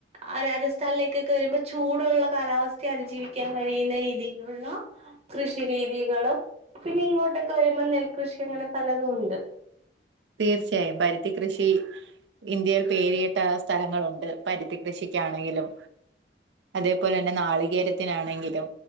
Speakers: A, on the right (about 35°); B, on the right (about 80°).
A: ആ രാജസ്ഥാനിലേക്ക് വരുമ്പോ ചൂടുള്ള കാലാവസ്ഥയെ അതിജീവിക്കാൻ കഴിയുന്ന രീതിയിലുള്ള കൃഷി രീതികളും പിന്നെ ഇങ്ങോട്ടൊക്കെ വരുമ്പോ നെൽകൃഷി അങ്ങനെ പലതും ഉണ്ട്
B: തീർച്ചയായും പരുത്തി കൃഷി ഇന്ത്യയിൽ പേരിയിട്ട സ്ഥലങ്ങളുണ്ട് പരുത്തി കൃഷിക്കാണെങ്കിലും അതേപോലെ തന്നെ നാളികേരത്തിനാണെങ്കിലും